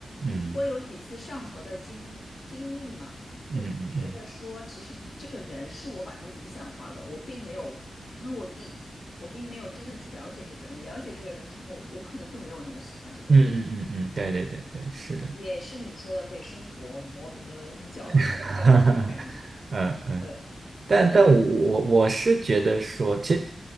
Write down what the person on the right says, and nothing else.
嗯
嗯嗯嗯
嗯嗯嗯嗯，嗯对对对对，是的，
<laughs>
嗯嗯。
但但我我我是觉得说，
其实